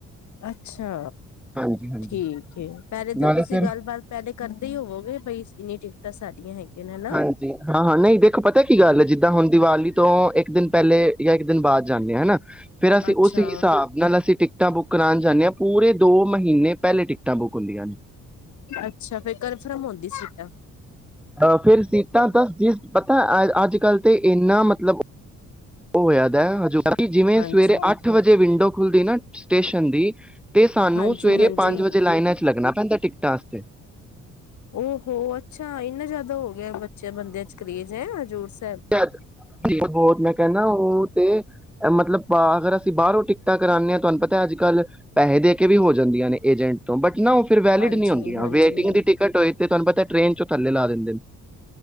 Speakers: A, on the left; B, in the centre.
A: ਅੱਛਾ
B: ਹਾਂਜੀ-ਹਾਂਜੀ
A: ਠੀਕ ਹੈ ਪਹਿਲੇ ਤਾਂ
B: ਨਾਲੇ
A: ਤੁਸੀਂ
B: ਫਿਰ
A: ਗੱਲਬਾਤ ਪਹਿਲੇ ਕਰਦੇ ਹੀ ਹੋਵੋਗੇ ਬਾਈ ਇੰਨੀ ਟਿਕਟਾਂ ਸਾਡੀਆਂ ਹੈਗੀਆਂ ਨੇ ਹਨਾ
B: ਹਾਂਜੀ ਹਾਂ ਹਾਂ ਨਹੀਂ ਦੇਖੋ ਪਤਾ ਕੀ ਗੱਲ ਹੈ ਜਿੱਦਾਂ ਹੁਣ ਦੀਵਾਲੀ ਤੋਂ ਇੱਕ ਦਿਨ ਪਹਿਲੇ ਜਾਂ ਇੱਕ ਦਿਨ ਬਾਅਦ ਜਾਂਦੇ ਹਾਂ ਹਨਾ ਫੇਰ ਅਸੀਂ
A: ਅੱਛਾ
B: ਉਸ ਹਿਸਾਬ ਨਾਲ ਅਸੀਂ ਟਿਕਟਾਂ ਬੁੱਕ ਕਰਾਉਣ ਜਾਂਦੇ ਹਾਂ ਪੂਰੇ ਦੋ ਮਹੀਨੇ ਪਹਿਲੇ ਟਿਕਟਾਂ ਬੁੱਕ ਹੁੰਦੀਆਂ ਨੇ
A: ਅੱਛਾ ਫੇਰ ਕਨਫਰਮ ਹੋੰਦੀ ਸੀਟਾਂ।
B: ਅਹ ਫੇਰ ਸੀਟਾਂ ਦੱਸ ਜਿਸ ਪਤਾ ਅ ਅੱਜ ਅੱਜ ਕੱਲ ਤੇ ਏਨਾ ਮਤਲਬ <unintelligible> ਕਰਾਈ, ਜਿਵੇਂ
A: ਹਾਂਜੀ
B: ਸਵੇਰੇ ਅੱਠ ਵਜੇ ਵਿੰਡੋ ਖੁੱਲਦੀ ਏਨਾ। ਟੇਸ਼ਨ ਦੀ ਤੇ ਸਾਨੂੰ
A: ਹਾਂਜੀ-ਹਾਂਜੀ।
B: ਸਵੇਰੇ ਪੰਜ ਵਜੇ ਲਾਈਨਾਂ ਚ ਲੱਗਣਾ ਪੈਂਦਾ ਟਿਕਟਾਂ ਅਸਤੇ।
A: ਓਹੋ ਅੱਛਾ <unintelligible> ਬੱਚੇ ਬੰਦਿਆਂ ਚ ਕਰੇਜ਼ ਐ ਹਜੂਰ ਸ
B: ਠੇ ਅੱਜ ਬੌਤ ਮੈਂ ਕੈੰਦਾ ਔ ਤੇ ਐ ਮਤਲਬ ਅਗਰ ਅਸੀਂ ਬਾਰੋਂ ਟਿਕਟਾ ਕਰਾਣੇ ਆਂ, ਤੁਹਾਨੂੰ ਪਤਾ ਅੱਜ ਕੱਲ੍ਹ ਪੈਸੇ ਦੇ ਕੇ ਵੀ ਹੋ ਜਾਂਦੀਆਂ ਨੇ ਏਜੰਟ ਤੋਂ ਬਟ ਨਾ ਔ ਫੇਰ ਵੈਲਿਡ
A: ਹਾਂਜੀ-ਹਾਂਜੀ
B: ਨ੍ਹੀਂ ਹੁੰਦੀਆਂ ਵੇਟਿੰਗ ਦੀ ਟਿਕਟ ਹੋਏ ਤੇ ਤੁਹਾਨੂੰ ਪਤਾ ਟ੍ਰੇਨ ਚੋਂ ਥੱਲੇ ਲਾ ਦਿੰਦੇ ਨੇ।